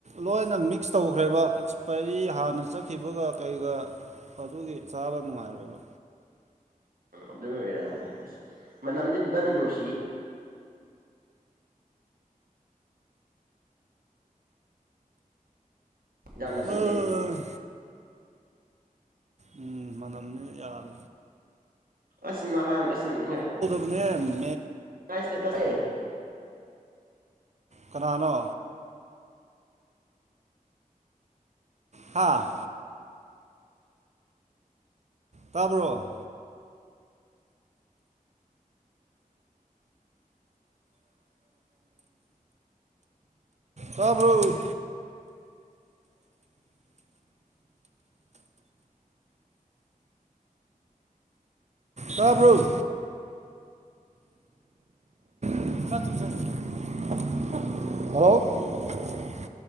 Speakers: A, on the right; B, on the right.
A: ꯂꯣꯏꯅ ꯃꯤꯛꯁ ꯇꯧꯈ꯭ꯔꯦꯕ ꯑꯦꯛꯁꯄꯔꯤ ꯍꯥꯟꯅ ꯆꯠꯈꯤꯕꯒ ꯀꯩꯒ ꯑꯗꯨꯒꯤ ꯆꯥꯕ ꯅꯨꯡꯉꯥꯏꯔꯣꯏꯕ
B: ꯎꯝ ꯑꯗꯨꯝ ꯑꯣꯏꯔꯝꯒꯅꯤ ꯑꯁ ꯃꯅꯝꯁ ꯐꯖꯅ ꯅꯨꯡꯁꯤꯌꯦ ꯌꯥꯝꯅ ꯁꯤꯟꯗꯦ
A: ꯎꯝ ꯎꯝ ꯃꯅ ꯈꯅ ꯌꯥꯝ
B: ꯑꯁ ꯅꯍꯥꯟ ꯆꯅꯤꯡꯉ
A: ꯃꯩꯅ
B: ꯀ ꯏꯁꯇꯦ ꯇꯁꯦ
A: ꯀꯅꯣ ꯍꯥꯥ ꯇꯥꯕ꯭ꯔꯣ ꯍꯥꯕ꯭ꯔꯨ ꯍꯥꯥꯕ꯭ꯔꯨ ꯍ